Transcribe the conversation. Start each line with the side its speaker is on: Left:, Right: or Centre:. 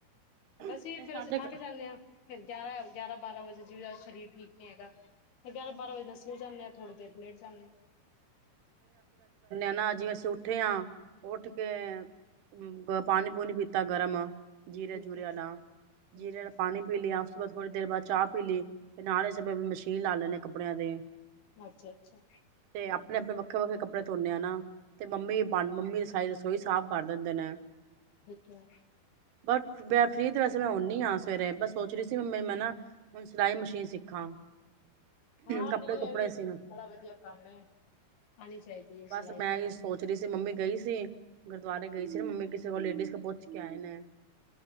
Right: ਨਹੀਂ
Left: ਬਸ
Right: ਸਾਡੇ
Left: ਫੇਰ ਅਸੀਂ ਧਾਕ ਜਾਂਦੇ ਹਾਂ ਫੇਰ ਗਿਆਰਾਂ, ਗਿਆਰਾਂ ਬਾਰਾਂ ਵਜੇ ਜਿਵੇ ਅੱਜ ਸਰੀਰ ਠੀਕ ਨੀ ਹੈਗਾ, ਗਿਆਰਾਂ ਬਾਰਾਂ ਵਜੇ ਸੋ ਜਾਂਨੇ ਆ ਥੋੜ੍ਹੀ ਦੇਰ ਲੇਟ ਜਾਣੇ
Right: ਨਾ ਜਿਵੇਂ ਅਸੀਂ ਉੱਠੇ ਆ ਉੱਠੇ ਕੇ ਪਾਣੀ ਪੂਣੀ ਪੀਤਾ ਗਰਮ ਜੀਰੇ
Left: ਠੀਕ
Right: ਜੁਰੇ
Left: ਹੈ।
Right: ਵਾਲਾ ਜੀਰੇ
Left: ਹਮ
Right: ਵਾਲਾ ਪਾਣੀ ਪੀ ਲਿਆ। ਥੋੜ੍ਹੀ ਦੇਰ ਬਾਅਦ ਚਾਹ ਪੀ ਲਈ, ਤੇ ਨਾਲ ਹੀ ਸਮੇਂ ਮਸ਼ੀਨ ਲਾ ਲੈੇ ਕੱਪੜਿਆਂ ਦੇ
Left: ਅੱਛਾ-ਅੱਛਾ,
Right: ਤੇ ਆਪਣੇ ਵੱਖਰੇ, ਵੱਖਰੇ ਕੱਪੜੇ ਧੋਨੇ ਆ ਨਾ ਤੇ ਮੰਮੀ ਬਣ ਮੰਮੀ ਨੇ ਸਾਰੀ ਰਸੋਈ ਰਸੋਈ ਸਾਫ਼ ਕਰ ਦਿੰਦੇ ਨੇ
Left: ਠੀਕ ਹੈ।
Right: ਬਸ ਮੈਂ ਫ੍ਰਰੀ ਤੇ ਵੈਸੇ ਮੈਂ ਹੂਨੀ ਹਾਂ ਸਵੇਰੇ ਬਸ ਸੋਚ ਰਹੀ ਸੀ ਮੈ ਮੈਂ ਨਾ ਹੁਣ ਸਿਲਾਈ ਮਸ਼ੀਨ ਸਿੱਖਾਂ
Left: ਹਾਂ,
Right: ਕੱਪੜੇ
Left: ਨਹੀਂ
Right: ਕੁੱਪੜੇ
Left: ਇਹ ਵੀ
Right: ਸੀ
Left: ਬੜਾ ਵਧੀਆ ਕੰਮ ਏ ਆਣੀ ਚਾਹੀਦੀ ਇਹ
Right: ਬਸ
Left: ਸਲਾਈ
Right: ਮੈਂ
Left: ਤਾ
Right: ਇਹ
Left: ਨਾ,
Right: ਸੋਚ ਰਹੀ ਮੰਮੀ ਗਈ ਸੀ, ਗੁਰਦੁਆਰੇ ਗਈ ਸੀ ਨਾ ਮੰਮੀ ਕਿਸੇ ਕੋਲ ਲੇਡੀਜ਼ ਪੁੱਛ ਕੇ ਆਏ ਨੇ,